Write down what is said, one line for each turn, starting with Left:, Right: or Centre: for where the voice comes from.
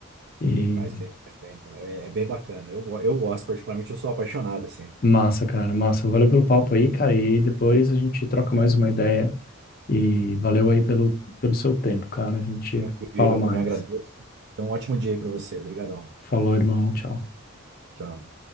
Left: E
Right: Faz bem, faz bem. então, É, é bem bacana. Eu, go- eu gosto, particularmente, eu sou apaixonado, assim.
Left: massa, cara, massa. Valeu pelo papo aí, cara, e depois a gente troca mais uma ideia e valeu aí pelo pelo seu tempo, cara. A gente
Right: Tranquilo,
Left: fala
Right: eu
Left: mais.
Right: também agradeço. Então, um ótimo dia aí pra você. Obrigadão.
Left: Falou, irmão, tchau.
Right: Tchau.